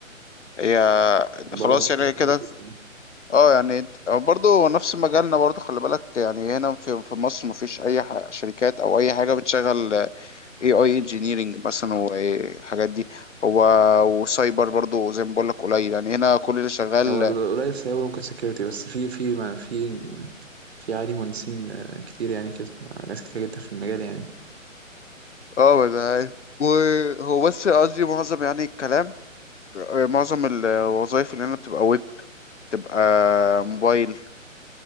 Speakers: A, on the left; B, on the right.
A: هي خلاص
B: بره مطلوب
A: يعني كده
B: كتير جدا يعني.
A: اه يعني انت- أو برضو نفس مجالنا برضو خلي بالك يعني هنا في في مصر مفيش اي ح- شركات او اي حاجه بتشغل اي اي انجينيرنج مثلا والحاجات دي هو وسايبر برضو زي ما بقول لك قليل يعني هنا كل اللي شغال
B: هو القليل سايبر ممكن سكيورتي بس في في ما في في عادي مهندسين آه، كتير يعني كده ناس كتير جدا في المجال يعني
A: اه ما انا عارف وهو بس قصدي معظم يعني الكلام آه، معظم الوظائف اللي هنا بتبقى ويب تبقى موبايل